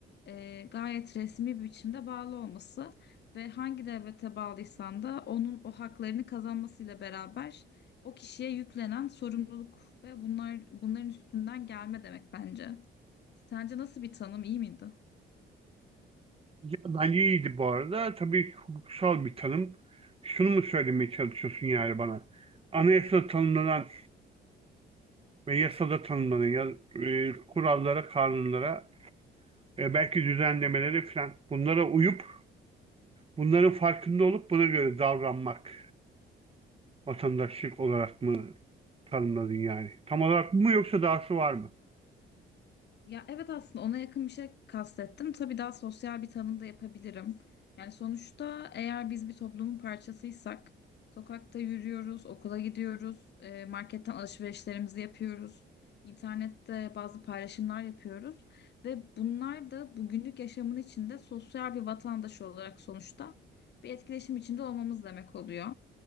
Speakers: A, on the left; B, on the right.
A: e, gayet resmi bir biçimde bağlı olması ve hangi devlete bağlıysan da onun o haklarını kazanmasıyla beraber o kişiye yüklenen sorumluluk ve bunlar bunların üstünden gelme demek bence. Sence nasıl bir tanım iyi miydi?
B: Ya bence iyiydi bu arada. Tabii ki hukuksal bir tanım. Şunu mu söylemeye çalışıyorsun yani bana? Anayasada tanımlanan ve yasada tanımlanan ya, e, kurallara, kanunlara, e, belki düzenlemelere falan bunlara uyup bunların farkında olup buna göre davranmak vatandaşlık olarak mı tanımladın yani? Tam olarak bu mu yoksa dahası var mı?
A: Ya evet aslında ona yakın bir şey kastettim. Tabii daha sosyal bir tanım da yapabilirim. Yani sonuçta eğer biz bir toplumun parçasıysak sokakta yürüyoruz, okula gidiyoruz, e, marketten alışverişlerimizi yapıyoruz, internette bazı paylaşımlar yapıyoruz ve bunlar da bugünlük yaşamın içinde sosyal bir vatandaş olarak sonuçta bir etkileşim içinde olmamız demek oluyor.